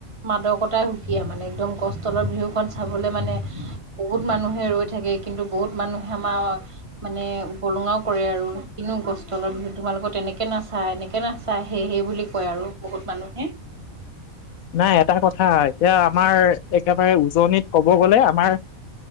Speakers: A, on the right; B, on the left.
A: মাদকতাই সুকীয়া মানে একদম গছ তলৰ বিহুখন চাবলৈ মানে বহুত মানুহে ৰৈ থাকে কিন্তু বহুত মানুহে আমাৰ মানে উপলঙাও কৰে আৰু, কিনো গছ তলৰ বিহুত তোমালোকৰ তেনেকে নাচা এনেকে না চা সেই সেই বুলি কয় আৰু বহুত মানুহে।
B: নাই এটা কথা এতিয়া আমাৰ একেবাৰে উজনিত ক'ব গ'লে আমাৰ